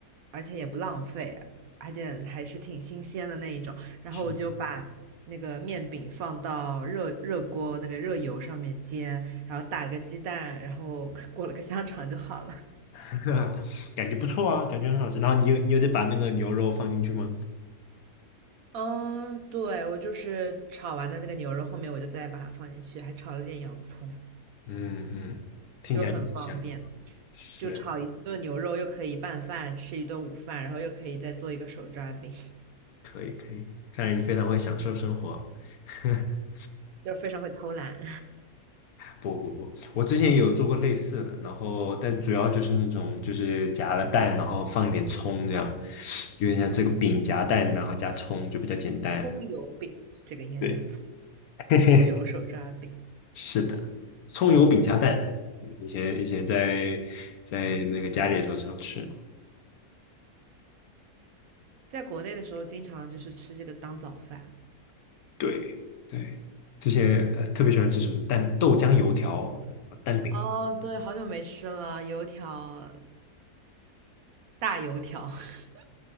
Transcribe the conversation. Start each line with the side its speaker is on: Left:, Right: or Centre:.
Right: 而且也不浪费，而且还是挺新鲜的那一种。然后我就把那个面饼放到热热锅那个热油上面煎，
Left: 是，
Right: 然后打了个鸡蛋，然后 <laughs> 裹了个香肠就好了。
Left: <laughs> 感觉不错啊，感觉很好吃。然后你有你有得把那个牛肉放进去吗？
Right: 嗯，对，我就是炒完的那个牛肉，后面我就再把它放进去，还炒了点洋葱，
Left: 嗯嗯，听起来挺香的。
Right: 就是很方便。
Left: 是，
Right: 就炒一顿牛肉，又可以拌饭，吃一顿午饭，然后又可以再做一个手抓饼。
Left: 可以可以，看来你非常会享受生活哦。<laughs>
Right: 就是非常会偷懒，
Left: 不不不，我之前也有做过类似的，然后但主要就是那种就是夹了蛋，然后放一点葱这样，有点像这个饼夹蛋，然后加葱就比较简单。
Right: 葱油饼，这个应该叫
Left: 对，<laughs>
Right: 葱油手抓饼。
Left: 是的，葱油饼夹蛋，嗯以前以前在在那个家里的时候常吃，
Right: 在国内的时候，经常就是吃这个当早饭。
Left: <laughs> 对，对，之前呃特别喜欢吃什么蛋豆浆油条、蛋饼，
Right: 哦，对，好久没吃了，油条，大油条，<laughs>